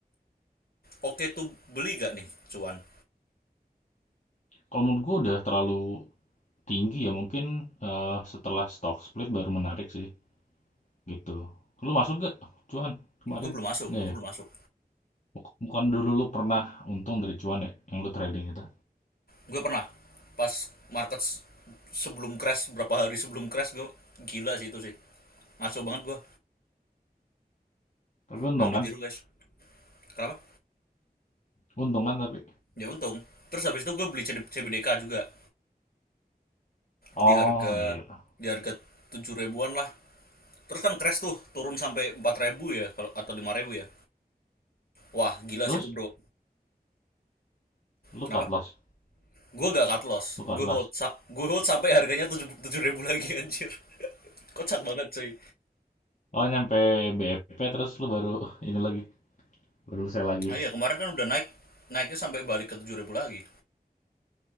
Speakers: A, on the left (about 70°); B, on the left (about 50°).
A: oke tuh beli gak nih cuan?
B: Kalau menurut gua udah terlalu tinggi ya mungkin, eee, setelah stock split baru menarik sih, gitu. Lu masuk gak cuan kemarin?
A: Gue belum masuk,
B: Nggak
A: gue
B: ya?
A: belum masuk.
B: Buk bukan dulu lu pernah untung dari cuan ya, yang lu trading itu?
A: Gue pernah pas market s- sebelum crash berapa hari sebelum crash gue gila sih itu sih. Ngaco banget gue.
B: Tapi untung
A: Jangan
B: kan?
A: ditiru, guys. Kenapa?
B: Untung kan tapi?
A: ya untung terus habis itu gue beli CD CBDK juga
B: Oh
A: di harga
B: iya.
A: di harga tujuh ribuan lah terus kan crash tuh turun sampai empat ribu ya kalau atau lima ribu ya wah gila
B: Terus
A: sih itu bro
B: lu
A: kenapa
B: cut loss?
A: gue gak cut loss
B: Lu cut
A: gue
B: loss?
A: hold sa- gue hold sampai harganya tujuh tujuh ribu lagi anjir <laughs> kocak banget cuy
B: Oh nyampe BEP terus lu baru <laughs> ini lagi, baru sell lagi?
A: ah iya kemarin kan udah naik naiknya sampai balik ke tujuh ribu lagi